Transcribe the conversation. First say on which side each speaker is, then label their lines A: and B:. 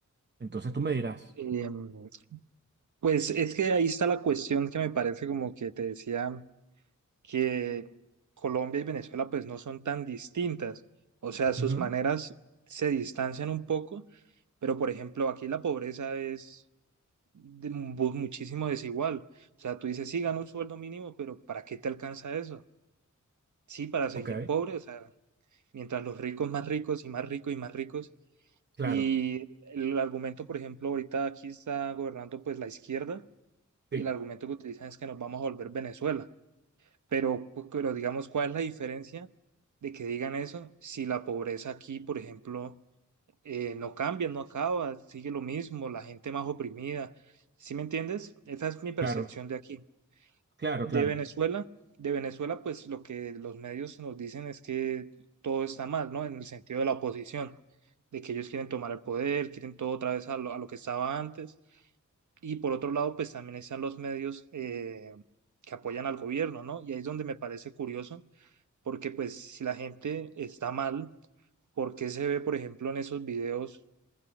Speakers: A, on the right; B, on the right.
A: Entonces tú me dirás.
B: Em, pues es que ahí está la cuestión que me parece como que te decía que Colombia y Venezuela pues no son tan distintas, o sea, sus
A: Ujú.
B: maneras se distancian un poco, pero por ejemplo aquí la pobreza es de mu- muchísimo desigual, o sea, tú dices, sí, gano un sueldo mínimo, pero ¿para qué te alcanza eso? Sí, para seguir
A: Ok,
B: pobre, o sea, mientras los ricos más ricos y más ricos y más ricos.
A: claro,
B: Y el argumento, por ejemplo, ahorita aquí está gobernando pues la izquierda y
A: sí,
B: el argumento que utilizan es que nos vamos a volver Venezuela. Pero, pu- pero digamos, ¿cuál es la diferencia de que digan eso si la pobreza aquí, por ejemplo, eh, no cambia, no acaba, sigue lo mismo, la gente más oprimida? ¿Sí me entiendes? Esa es mi percepción
A: claro,
B: de aquí.
A: claro,
B: De
A: claro,
B: Venezuela, de Venezuela, pues lo que los medios nos dicen es que todo está mal, ¿no? En el sentido de la oposición, de que ellos quieren tomar el poder, quieren todo otra vez a lo, a lo que estaba antes. Y por otro lado, pues también están los medios eh, que apoyan al gobierno, ¿no? Y ahí es donde me parece curioso, porque pues si la gente está mal, ¿por qué se ve, por ejemplo, en esos videos?